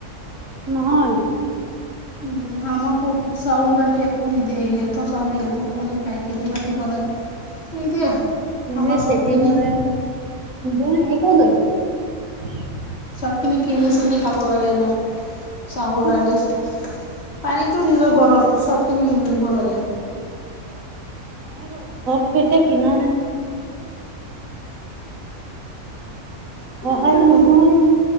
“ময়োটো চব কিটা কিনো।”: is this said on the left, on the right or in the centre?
Right